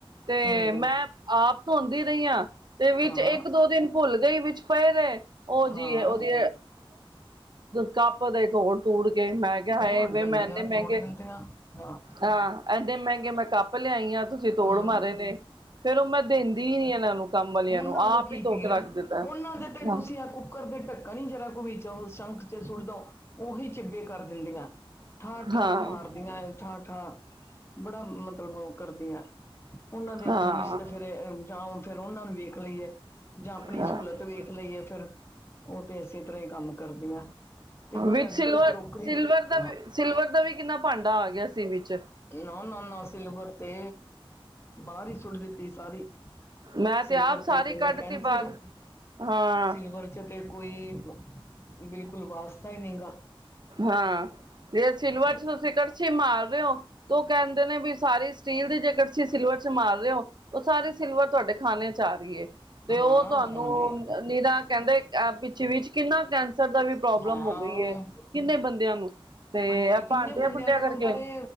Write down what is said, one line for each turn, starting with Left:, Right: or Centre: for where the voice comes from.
Right: ਤੇ
Left: ਹੂੰ ਹੂੰ
Right: ਮੈਂ ਆਪ ਧੋਂਦੀ ਰਹੀ ਹਾਂ, ਤੇ ਵਿੱਚ
Left: ਹਾਂ
Right: ਇੱਕ ਦੋ ਦਿਨ ਭੁੱਲ ਗਈ, ਵਿੱਚ ਪਏ ਰੇ, ਉਹ ਜੀ
Left: ਹਾਂ
Right: ਉਹਦੀ ਕਪ ਤੋੜ- ਤੋੜ ਗਏ ਮੈਂ ਕਿਆ
Left: ਹੋਰ
Right: ਹਾਏ ਵੇ
Left: ਡੰਡੀਆਂ
Right: ਮੈਂ ਏਨੇ ਮਹਿੰਗੇ
Left: ਤੋੜ ਦਿੰਦੇ ਆ ਹਾਂ
Right: ਹਾਂ। ਐਡੇ ਮੈਂਗੇ ਮੈਂ ਕੱਪ ਲਿਆਈ ਆਂ ਤੁਸੀਂ ਤੋੜ
Left: ਹਾਂ
Right: ਮਾਰੇ ਨੇ ਫੇਰ ਓ ਮੈਂ ਦਿੰਦੀ ਈ ਨੀ ਇਨਾਂ ਨੂੰ ਕੰਮ ਵਾਲਿਆਂ
Left: ਉਨਾਂ
Right: ਆਪ
Left: ਨੂੰ ਕੀ
Right: ਹੀ ਧੋ
Left: ਪੀੜ
Right: ਕੇ ਰੱਖ ਦਿੱਤਾ
Left: ਉਨਾਂ ਦੇ ਤੇ
Right: ਹਾਂ
Left: ਤੁਸੀਂ ਅਗੋ ਕੁੱਕਰ ਦੇ ਢੱਕਣ ਨੀ ਜਰਾ ਕੁ ਵੀਚੋਂ ਸੰਖ 'ਚ ਸੁਟ ਦੋ ਉਹੀ ਚਿੱਬੇ ਕਰ ਦਿੰਦੀਆਂ। ਠਾਂ-ਠਾਂ
Right: ਹਾਂ
Left: ਮਾਰਦੀਆਂ ਠਾਂ-ਠਾਂ ਬੜਾ ਮਤਲਬ ਓ ਕਰਦੀਆਂ। ਉਨਾਂ ਦੇ ਹੱਥਾਂ
Right: ਹਾਂ
Left: ਵਿੱਚ ਤੇ ਫਿਰ ਜਾਂ ਫਿਰ ਉਨਾਂ ਨੂੰ ਵੇਖ ਲਈਏ। ਜਾਂ ਆਪਣੀ
Right: ਹਾਂ
Left: ਸਹੂਲਤ ਵੇਖ ਲਈਏ ਫਿਰ ਓ ਤਾਂ ਇਸੇ ਤਰ੍ਹਾਂ ਹੀ ਕੰਮ ਕਰਦੀਆਂ। ਤੇ ਪਰ
Right: ਵਿੱਚ
Left: ਅੱਜ
Right: ਸਿਲਵਰ-ਸਿਲਵਰ
Left: ਕੱਲ ਕਰੋਕਰੀ
Right: ਦਾ ਵੀ
Left: ਹਾਂ
Right: ਸਿਲਵਰ ਦਾ ਵੀ ਕਿੰਨਾ ਭਾਂਡਾ ਆ ਗਿਆ ਸੀ ਵਿਚ
Left: ਨਾ-ਨਾ-ਨਾ ਸਿਲਵਰ ਤੇ ਬਾਰ ਹੀ ਸੁੱਟ ਦਿੱਤੀ ਸਾਰੀ
Right: ਮੈਂ
Left: ਸਿਲਵਰ
Right: ਆਪ ਸਾਰੀ
Left: ਤੇ ਕੈਂਦੇ
Right: ਕੱਢ
Left: ਕੈਂਸਰ
Right: ਤੀ ਬਾਹਰ
Left: ਏ।
Right: ਹਾਂ
Left: ਸਿਲਵਰ 'ਚ ਤੇ ਕੋਈ ਬਿਲਕੁਲ ਵਾਸਤਾ ਈ ਨਈ ਗਾ।
Right: ਹਾਂ ਜੇ ਸਿਲਵਰ
Left: ਜੀ।
Right: 'ਚ ਤੁਸੀਂ ਕੜਛੀ ਮਾਰ ਰਏ ਓ। ਤੇ ਓ ਕੈਂਦੇ ਨੇ ਵੀ ਸਾਰੀ ਸਟੀਲ ਦੀ ਕੜਸ਼ੀ ਤੁਸੀਂ ਸਿਲਵਰ 'ਚ ਮਾਰ ਰਏ ਓ। ਓ ਸਾਰੀ ਸਿਲਵਰ ਤੁਹਾਡੇ ਖਾਣੇ 'ਚ ਆ ਰਈ ਏ ਤੇ
Left: ਹਾਂ
Right: ਓ ਤੁਹਾਨੂੰ
Left: ਆਉਂਦੀ
Right: ਨਿਰਾ ਕਈ ਤਾਂ ਕੈਂਦੇ ਪਿੱਛੇ ਵੀ ਕਿੰਨਾ ਕੈਂਸਰ ਦਾ ਵੀ ਪ੍ਰੋਬਲਮ
Left: ਹਾਂ
Right: ਹੋ ਗਈ ਏ। ਕਿੰਨੇ ਬੰਦਿਆਂ ਨੂੰ
Left: ਹਾਏ ਕਿੰਨੇ
Right: ਭਾਂਡਿਆਂ
Left: ਬੰਦਿਆਂ
Right: ਭੁੰਡਿਆਂ
Left: ਨੂੰ
Right: ਕਰਕੇ
Left: ਬਰੇ